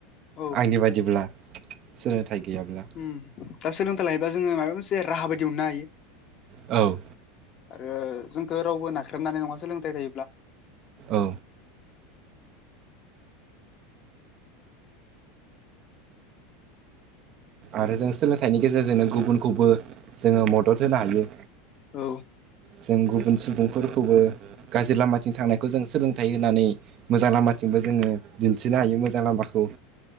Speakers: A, on the left (about 35°); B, on the right (about 40°).
A: औ
B: आंनि बायदिब्ला सोलोंथाइ गैयाब्ला
A: ओम दा सोलोंथाइ लायोबा जोङो माबा मोनसे राहा बायदि मोननो हायो
B: औ
A: आरो जोंखौ रावबो नाख्रेबनो हानाय नङा सोलोंथाइ थायोब्ला
B: औ आरो जों सोलोंथाइनि गेजेरजोंनो गुबुनखौबो जोङो मदद होनो हायो
A: औ
B: जों गुबुन सुबुंफोरखौबो गाज्रि लामाथिं थांनायखौ जों सोलोंथाइ होनानै मोजां लामाथिंबो जोङो दिन्थिनो हायो मोजां लामाखौ